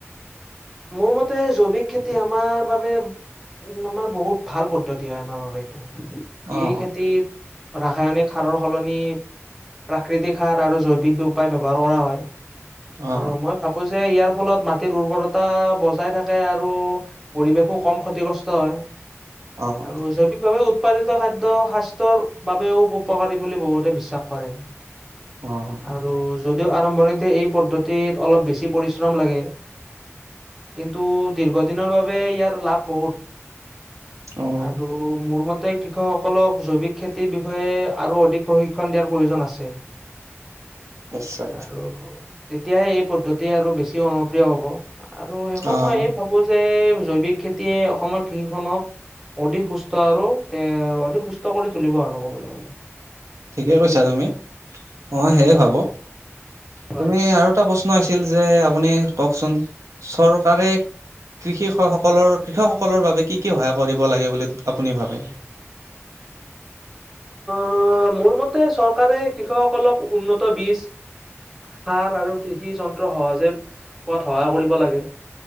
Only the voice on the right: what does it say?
অ',
অ',
অ',
অ',
অ',
নিশ্চয়
অ',
ঠিকে কৈছা তুমি। অ সেয়ে ভাবো।
তুমি আৰু এটা প্ৰশ্ন আছিল যে আপুনি কওকচোন। চৰকাৰে কৃষি স সকলৰ কৃষকসকলৰ বাবে কি কি সহায় কৰিব লাগে বুলি আপুনি ভাবে? <inaudible>